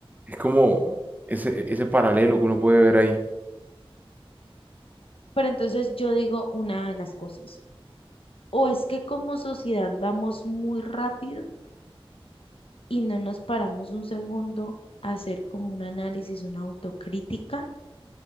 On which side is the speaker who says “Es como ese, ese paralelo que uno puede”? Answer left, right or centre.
Right